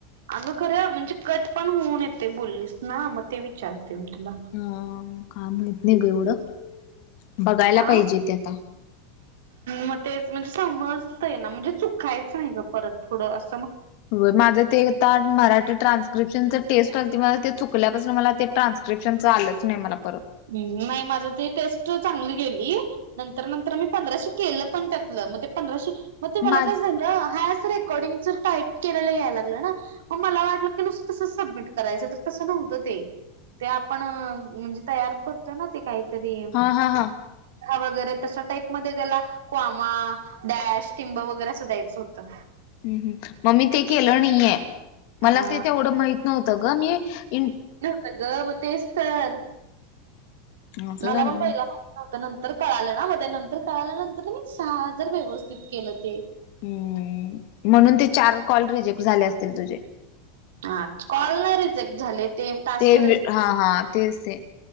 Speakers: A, on the right; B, on the left.
A: अगं खरं म्हणजे कट पण होऊ नये ते बोललीस ना, मग ते विचारते म तुला.
B: हं, का, माहित नहीं ग एवढं. बघायला
A: आं?
B: पाहिजे ते आता
A: मग तेच म्हणजे समजतय ना, म्हणजे चुकायचं नाही ग परत पूडं अस.
B: हो माझं ते ता मराठी ट्रान्स्क्रिप्शनच टेस्ट आल्ती माज चुकल्यापासून मला ते ट्रान् स्क्रिप्शनच आलंच नाही मला परत.
A: नाही माझ ते टेस्टच चागंली गेली, नंतर-नंतर मी पंधराशे केलं पण त्यातल, म ते पंदराशे मग ते मला
B: माझ
A: काय झ हा अस रेकॉर्डिंगच टाईप केलेलं याय लागलं ना. मग मला वाटलं की नुसत तसंच सबमिट करायचं, तर तसं नव्हतं ते. ते आपण, म्हणजे तयार करतोय ना ते काहीतरी.
B: हा हा हा.
A: वगैरे तशा टाईप मध्ये त्याला कोमा डॅश, टिंब वगैरे अस द्यायचं होतं.
B: ह्म ह्म मग मी ते केलं नाहीये,
A: हा.
B: मला ते तेवढं माहित नव्हतं ग मी इन
A: त ग मग तेच तर,
B: असं
A: मला
B: झालं
A: पण
B: व्हय
A: पहिला माहि त नंतर कळालं ना, मग त्या नंतर कळाल्या नंतर मी सहा हजर व्यवस्थित केलं ते.
B: हम् म्हणून ते चार कॉल रिजेक्ट झाले असतील तुझे.
A: हा कॉल नाय रिजेक्ट झाले ते टास्क
B: ते वी, हा हा तेच ते.